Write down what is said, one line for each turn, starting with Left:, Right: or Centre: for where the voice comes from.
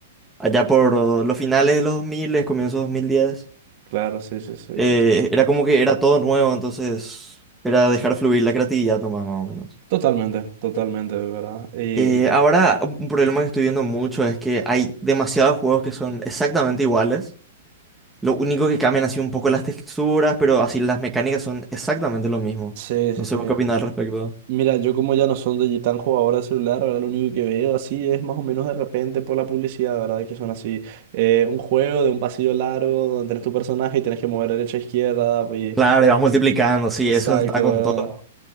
Centre: allá por oh, los finales de los 2000, comienzos 2010,
Right: Claro, sí, sí, sí. es-
Centre: eh, era como que era todo nuevo, entonces era dejar fluir la creatividad nomás, más o menos.
Right: Totalmente, totalmente, ¿verdad? Y
Centre: Eh, ahora, un un problema que estoy viendo mucho es que hay demasiados juegos que son exactamente iguales Lo único que cambian así un poco las texturas, pero así las mecánicas son exactamente lo mismo.
Right: sí,
Centre: No
Right: sí,
Centre: sé
Right: sí.
Centre: vos qué opinas al respecto.
Right: Mira, yo como ya no son de tan jugador de celular, ¿verdad? Lo único que veo así es más o menos de repente por la publicidad, ¿verdad? Que son así, eh, un juego de un pasillo largo donde tenés tu personaje y tenés que mover derecha a izquierda, pues,
Centre: Claro, y vas multiplicando, sí,
Right: exacto,
Centre: eso está con
Right: ¿verdad?
Centre: todo.